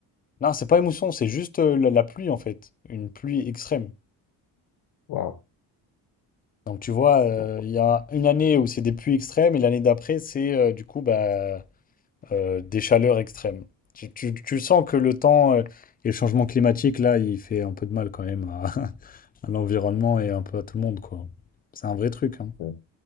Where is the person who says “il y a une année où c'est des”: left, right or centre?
Left